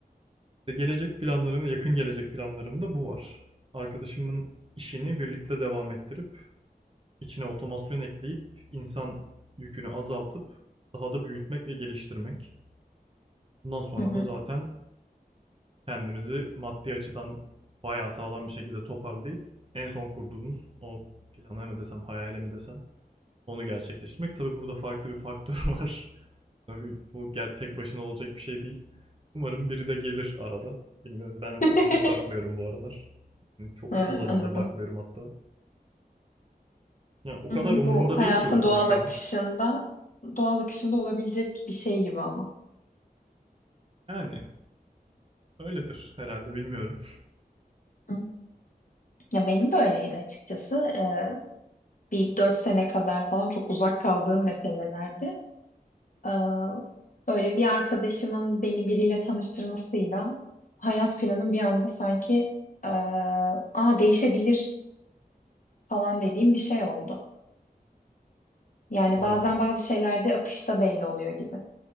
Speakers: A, on the right; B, on the left.
A: İşte gelecek planlarım, yakın gelecek planlarımda bu var. Arkadaşımın işini birlikte devam ettirip, içine otomasyon ekleyip, insan yükünü azaltıp, daha da büyütmek ve geliştirmek. Bundan sonra
B: Hı hı.
A: da zaten kendimizi maddi açıdan bayağı sağlam bir şekilde toparlayıp, en son kurduğumuz o plana mı desem, hayale mi desem, onu gerçekleştirmek. Tabii burada farklı bir faktör var. <laughs> Tabii bu tek başına olacak bir şey değil. Umarım biri de gelir arada. Bilmiyorum ben o
B: <laughs>
A: konuya hiç bakmıyorum bu aralar. Yani çok
B: Ha,
A: uzun zamandır
B: anladım.
A: bakmıyorum hatta. Yani o kadar
B: Hı hı.
A: umurumda
B: Bu hayatın
A: değil ki o konu
B: doğal
A: şu
B: akışında
A: an.
B: doğal akışında olabilecek bir şey gibi ama.
A: Yani öyledir herhalde bilmiyorum.
B: Hı. Ya benim de öyleydi açıkçası. E, bir dört sene kadar falan çok uzak kaldığım meselelerdi. Ee, böyle bir arkadaşımın beni biriyle tanıştırmasıyla hayat planım bir anda sanki ee, aa değişebilir falan dediğim bir şey oldu. Yani
A: <laughs> Valla
B: bazen bazı şeylerde akışta belli oluyor gibi.